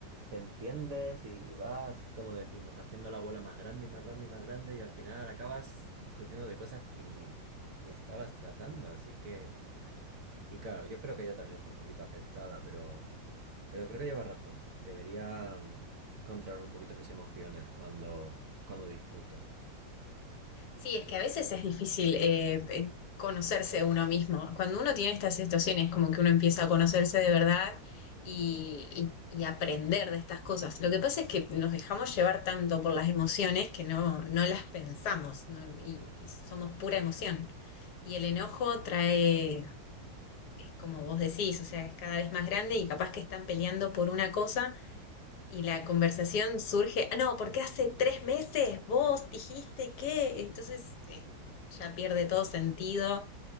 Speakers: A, on the right (about 65°); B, on the left (about 65°).
A: te enciendes y vas, como decimos, haciendo la bola más grande y más grande y más grande y al final acabas discutiendo de cosas que ni, ni estabas tratando, así que, y claro, yo creo que ella también está un poquito afectada, pero, pero creo que lleva razón, debería mm, controlar un poquito mis emociones cuando, cuando discuto,
B: Sí, es que a veces es difícil eh, eh, conocerse uno mismo. Cuando uno tiene estas situaciones, como que uno empieza a conocerse de verdad y, y- y aprender de estas cosas. Lo que pasa es que nos dejamos llevar tanto por las emociones que no, no las pensamos, ¿no? y y somos pura emoción. Y el enojo trae es como vos decís, o sea, es cada vez más grande y capaz que están peleando por una cosa y la conversación surge, ah, no, porque hace tres meses vos dijiste que, entonces eh, ya pierde todo sentido,